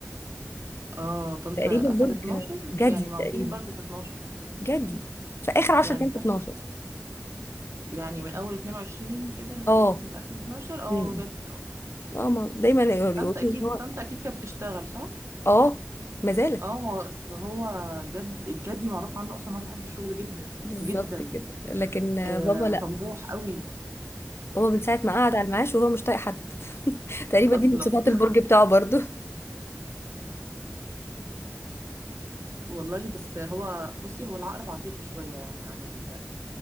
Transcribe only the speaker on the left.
تقريبا
برج
جدي
تقريبا
جدي في اخر 10
ايام
في
12
اه
امم
اه ما- دايما يقولوا
ان هو
اه ما زالت
بالظبط
كده لكن آه،
بابا
لا
بابا من ساعة ما قعد على المعاش وهو مش طايق حد <laughs> تقريبا
دي من صفات
البرج بتاعه برضو